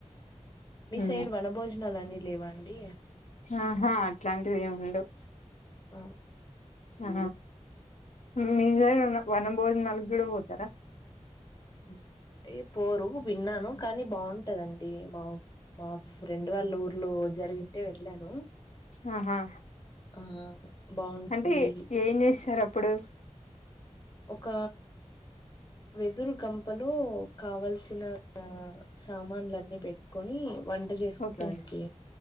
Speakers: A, on the left; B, on the left.
A: మీ
B: హు
A: సైడ్ వనభోజనాలన్నీ లేవా అండి?
B: ఆహా అట్లాంటివి ఏముండవు
A: ఆ
B: ఆ మీ సైడ్ వన బోజనాలకి కూడా పోతార
A: అంటె పోరు విన్నాను కానీ బా ఉంటదండి మా మా ఫ్రెండ్ వాళ్ళ ఊర్లో జరిగింటే వెళ్లాను
B: ఆహా
A: ఆ బాగుంటది
B: అంటే ఏం చేస్తారు అప్ ప్పుడు
A: ఒక వెదురుకంపలో కావల్సిన సామాన్లన్ని పెట్టుకొని వంట చేసుకోడానికి
B: ఓకే